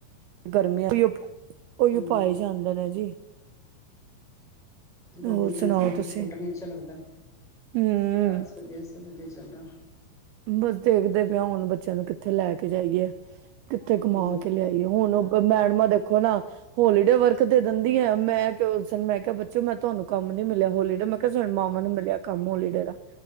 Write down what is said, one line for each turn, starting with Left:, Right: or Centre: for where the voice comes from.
Right: ਗਰਮੀਆਂ ਉਹੀ
Centre: ਹਮ
Right: ਪਾਏ ਜਾਂਦੇ ਨੇ ਜੀ
Centre: ਗਰਮੀ
Right: ਹੋਰ ਸੁਣਾਓ
Centre: ਹੈ ਨਾ ਗਰਮੀ
Right: ਤੁਸੀਂ
Centre: ਫ਼ਿਰ ਕੋੋਟਨ ਨੀ ਅੱਛਾ ਲੱਗਦਾ
Right: ਹਮ
Centre: ਬਸ ਵਧੀਆ ਸਭ ਵਧੀਆ ਚੱਲਦਾ
Right: ਬਸ ਦੇਖਦੇ ਪਿਆ ਹੁਣ ਬੱਚਿਆਂ ਨੂੰ ਕਿੱਥੇ ਲੈ ਕੇ ਜਾਈਏ ਕਿੱਥੇ ਕਮਾ
Centre: ਹਮ
Right: ਕੇ ਲਿਆਈਏ ਹੁਣ ਉਹ ਮੈਡਮਾ ਦੇਖੋ ਨਾ ਹੋਲੀਡੇ ਵਰਕ ਤੇ ਦਿੰਦੀ ਹੈ ਮੈਂ ਕਿਹਾ ਉਸਨ ਮੈਂ ਕਿਹਾ ਬੱਚ ਚ ਮੈਂ ਤੁਹਾਨੂੰ ਕੰਮ ਨੀ ਮਿਲਿਆ ਹੋਲੀਡੇ ਮੈਂ ਕਿਹਾ ਸਾਨੂੰ ਮਾਵਾਂ ਨੂੰ ਮਿਲਿਆ ਕੰਮ ਹੋਲੀਡੇ ਦਾ